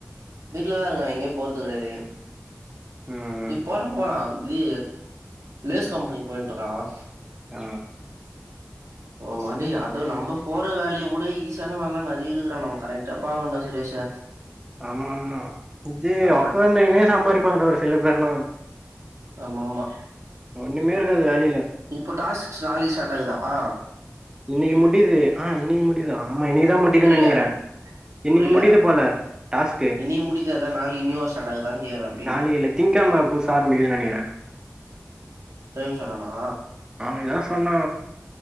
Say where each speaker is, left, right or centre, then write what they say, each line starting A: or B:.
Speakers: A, on the right (about 85°); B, on the right (about 15°).
A: வீட்லதா இருக்கான் எங்கியும் போறது கெடையாது
B: ம்
A: இப்போ போறா வி லேஸ் கம்பெனி போயின்ட்டுருக்கான்
B: ஆ
A: ஓமாண்டி அது நம்ப போற வேலைய உட ஈசியான வேல இன்னாரு இது தா நம்ம கரெட்டு பாவண்டா சுரேஷூ
B: ஆமா ஆமா இது உக்காந்துக்கினே
A: கரெ
B: சம்பாரிப்பாங்க ஒரு சில பேர்லா
A: ஆமா ஆமா
B: ஒன்னுமே இருக்காது வேலயில
A: இப்போ டாஸ்க் நாளைக்கு ஸ்டார்ட் ஆகுதாமா
B: இன்னைக்கு முடியுது ஆ இன்னைக்கு முடியுது ஆமா இன்னைக்குதா முடியுதுன்னு
A: புரியல
B: நெனைக்கிற இன்னைக்கு
A: புரியல
B: முடியுது போல டாஸ்க்கு
A: இன்னைக்கு முடிததா நாளைக்கு நியூவா ஸ்டார்ட் ஆகுதான்னு கேக்குறே அப்டி
B: நாலக்கி இல்ல திங்க் கெம புதுசா ஆரம்பிக்குதுன்னு நெனக்கிற
A: தேம் சொன்னான
B: அவங்கதா சொன்னா